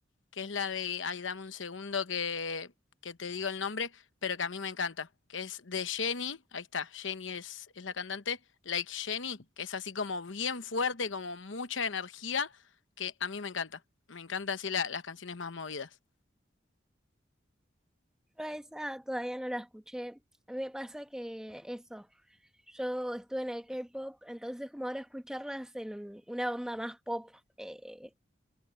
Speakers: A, on the left (about 85°); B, in the centre.
A: que es la de, ay, dame un segundo que, que te digo el nombre, pero que a mí me encanta, que es de Jennie, ahí está, Jennie es, es la cantante, Like Jennie, que es así como bien fuerte, como mucha energía, que a mí me encanta. Me encanta así la- las canciones más movidas.
B: Yo a esa todavía no la escuché. A mí me pasa que eso, yo estuve en el K-pop, entonces como ahora escucharlas en un- una onda más pop eh,